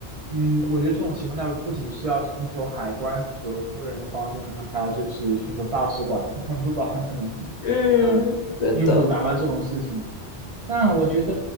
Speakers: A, on the right; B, on the left.
A: 嗯，我觉得这种情况下不仅是要寻求海关和工作人员的帮助，可能还要就是寻求大使馆的帮助吧，可能，
B: 嗯，
A: 嗯，
B: 对的。
A: 挺复杂的这种事情。但我觉得，